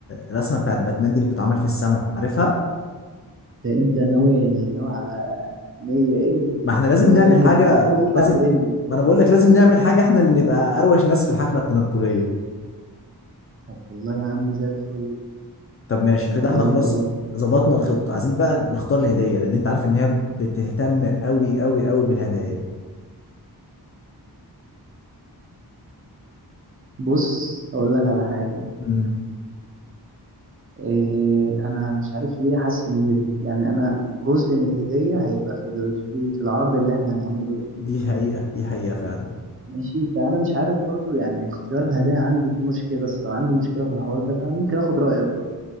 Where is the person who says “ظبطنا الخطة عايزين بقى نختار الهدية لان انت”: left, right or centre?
Left